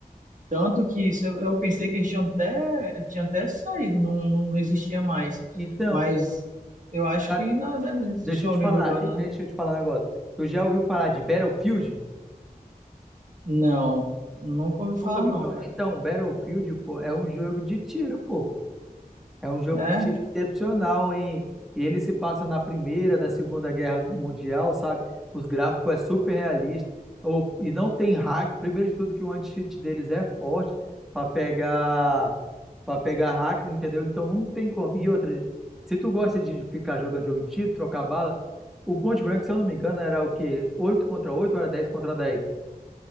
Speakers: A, on the right; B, in the centre.
A: Tanto que isso, eu, eu pensei que eles tinham até, tinha até saído, não, não, não existia mais.
B: Então,
A: Mas eu acho
B: cara,
A: que ainda deve existir
B: deixa eu
A: alguém
B: te falar,
A: jogando,
B: e deixa
A: né?
B: eu te falar um negócio. Tu já ouviu falar de Battlefield?
A: Não, nunca ouvi falar
B: Nunca ouviu
A: não,
B: falar?
A: cara.
B: Então, Battlefield, pô, é um jogo de tiro, pô. É um jogo
A: É,
B: de tiro excepcional, hein? E ele se passa na Primeira, na Segunda Guerra Mundial, sabe? Os gráficos é super realista. Ou- e não tem hack. Primeiro de tudo que o anti-cheat deles é forte para pegar para pegar hack, entendeu? Então não tem como. E outra, se tu gosta de ficar jogando jogo de tiro, trocar bala, o Point Blank, se eu não me engano, era o quê? oito contra 8 ou era 10 contra 10.